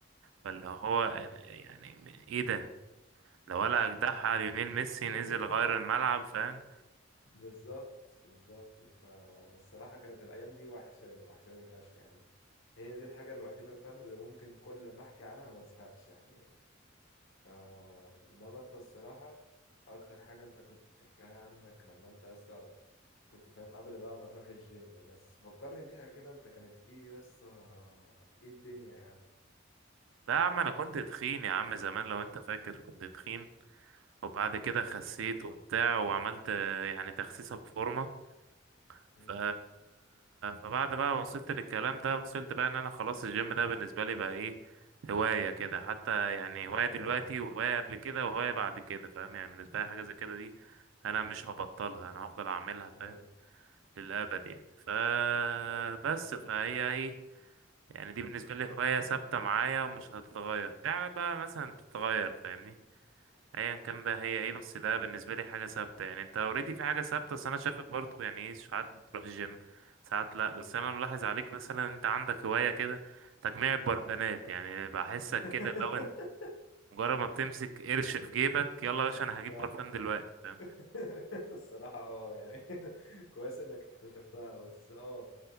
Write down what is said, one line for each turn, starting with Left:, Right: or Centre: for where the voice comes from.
Right: فاللي هو
Left: آه،
Right: يعني ايه ده لو ولا
Left: الصراحه
Right: اجدعها ليونيل ميسي
Left: <laughs>
Right: نزل غير الملعب فاهم
Left: بالظبط بالظبط فانا الصراحه كانت الايام دي وحشاني وحشاني فشخ يعني هي دي الحاجه الوحيده فاهم اللي ممكن كل ما احكي عنها ما ازهقش يعني آه انما انت الصراحة اكتر حاجة انت كنت بتحكي لي عنك لما انت لسه كنت فاهم قبل بقى ما تروح الجيم بس فكرني بيها كده انت كانت ايه لسه ايه الدنيا يعني
Right: لا يا عم انا كنت تخين يا عم زمان لو انت فاكر كنت تخين وبعد
Left: امم
Right: كده خسيت وبتاع وعملت يعني تخسيسه بفورمه
Left: امم
Right: ف... فبعد بقى ما وصلت للكلام ده وصلت بقى ان انا خلاص الجيم ده بالنسبة لي بقى ايه هواية كده
Left: امم
Right: حتى يعني
Left: هو
Right: هواية
Left: الهواية
Right: دلوقتي وهواية قبل كده وهواية بعد كده فاهم يعني بالنسبة
Left: امم
Right: لي حاجة زي كده دي انا مش هبطلها انا هفضل اعملها
Left: ايوه
Right: فاهم للأبد يعني ف
Left: لا ب-
Right: بس فهي ايه يعني دي بالنسبة لي هواية ثابتة معايا ومش
Left: امم
Right: هتتغير في حاجة بقى مثلا
Left: امم
Right: تتغير فاهمني ايا كان
Left: امم
Right: بقى هي ايه بس ده بالنسبه لي حاجه ثابته يعني انت اوريدي في حاجه ثابته بس انا شايفك برضو يعني ايه ساعات بتروح الجيم ساعات لا
Left: امم
Right: بس انا ملاحظ عليك مثلا انت عندك هوايه كده تجميع البرفانات يعني بحسك
Left: <laughs>
Right: كده لو انت مجرد ما بتمسك قرش في جيبك يلا يا باشا انا هجيب
Left: صح
Right: برفان دلوقتي فاهم
Left: <laughs> الصراحة اه يعني <laughs> كويس انك اكتشفتها بس اه